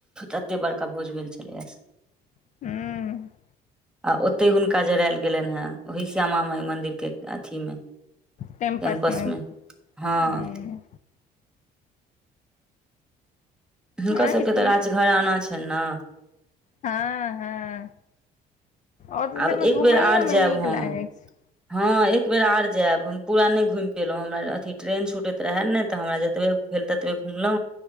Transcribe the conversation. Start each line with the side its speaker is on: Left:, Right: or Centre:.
Centre: एते बड़का भोज भेल छलैया
Left: हू
Centre: आ ओते हुनका जरैल केनहै वहि श्यामा माई मंदिर के अथी मे
Left: कैम्पसमे
Centre: कैंप्स में हँ
Left: हूँ
Centre: हुनका
Left: हँ
Centre: सबके
Left: इस
Centre: तऽ राज घराना छै न
Left: हँ हँ ओ
Centre: आब
Left: सभमे
Centre: एक बेर
Left: घुमैयो
Centre: आर जायब
Left: मे नीक
Centre: हम
Left: लागै छै
Centre: हँ एक बेेर आर जायब हम पूरा नहि घुमि पियलहुँं हमरा अथी ट्रेन छुटैत रहए ने तऽ हमरा जतबे भेल तत बे घुमलो